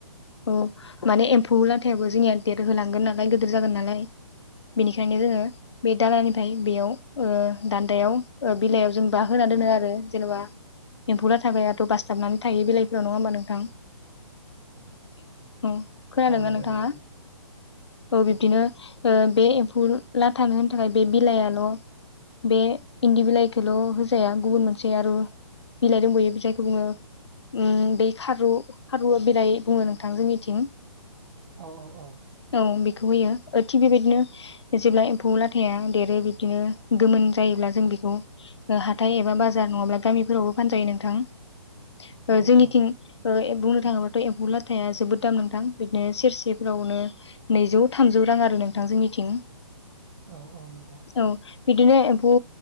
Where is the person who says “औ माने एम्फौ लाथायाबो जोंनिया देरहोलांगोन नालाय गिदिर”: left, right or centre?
Left